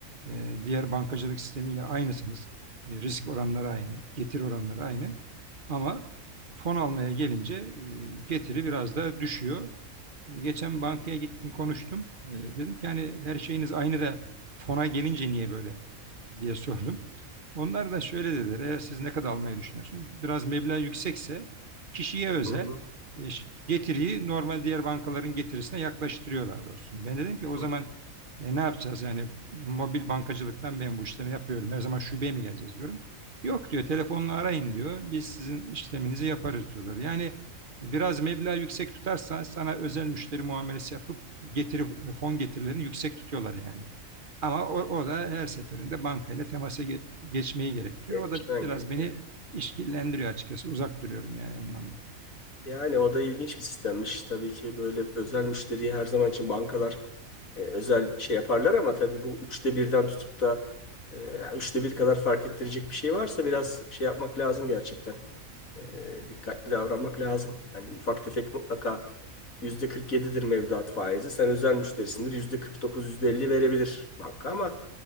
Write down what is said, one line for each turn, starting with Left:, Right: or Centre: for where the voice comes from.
Right: e, diğer bankacılık sistemiyle aynısınız. E, risk oranları aynı, getir oranları aynı. Ama fon almaya gelince e, getiri biraz daha düşüyor. E, Geçen bankaya gittim konuştum. E, Dedim ki hani her şeyiniz aynı da fona gelince niye böyle diye sordum. Onlar da şöyle dediler. Eğer siz ne kadar almayı düşünüyorsunuz? Biraz meblağ yüksekse kişiye özel
Left: hı,
Right: e, ş- getiriyi normal diğer bankaların getirisine yaklaştırıyorlar dostum. Ben dedim ki o
Left: hı
Right: zaman
Left: hı,
Right: e, ne yapacağız? Yani mobil bankacılıktan ben bu işlemi yapıyorum. Her zaman şubeye mi geleceğiz diyorum. Yok diyor telefonla arayın diyor. Biz sizin işleminizi yaparız diyorlar. Yani Biraz meblağ yüksek tutarsan sana özel müşteri muamelesi yapıp getiri fon getirilerini yüksek tutuyorlar yani. Ama o,
Left: hı.
Right: o da her seferinde bankayla temasa ge- geçmeyi gerektiriyor.
Left: Gelişmen
Right: O da biraz
Left: gerekiyor.
Right: beni işkillendiriyor açıkçası. Uzak duruyorum yani ondan da.
Left: Yani o da ilginç bir sistemmiş. Tabii ki böyle özel müşteriyi her zaman için bankalar e, özel şey yaparlar ama tabii bu üçte birden tutup da e, üçte bir kadar fark ettirecek bir şey varsa biraz şey yapmak lazım gerçekten. E, dikkatli davranmak lazım. Hani ufak tefek mutlaka yüzde kırk yedidir mevduat faizi. Sen özel müşterisindir yüzde 49 yüzde 50 verebilir banka ama